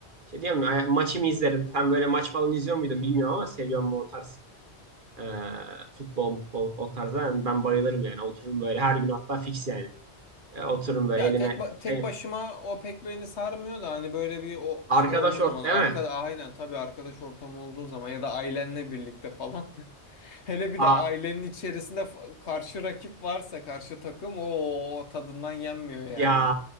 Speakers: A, on the right (about 50°); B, on the left (about 75°).
A: Şey diyeyim mi ay- maçımı izlerim. ben böyle maç falan izliyor muydun bilmiyorum ama seviyorum mu o tarz e, futbol futbol o tarzda yani ben bayılırım yani otururum böyle her gün hatta fix yani. E, otururum böyle
B: Ya
A: elime
B: tek ba- tek
A: şey
B: başıma o pek beni sarmıyor da hani böyle bir o
A: arkadaş
B: şey olduğu zaman
A: ort değil
B: arkada
A: mi?
B: aynen tabii arkadaş ortamı olduğu zaman ya da ailenle birlikte falan. <laughs> Hele bir
A: Aa,
B: de ailenin içerisinde fa- karşı rakip varsa karşı takım o tadından yenmiyor yani.
A: ya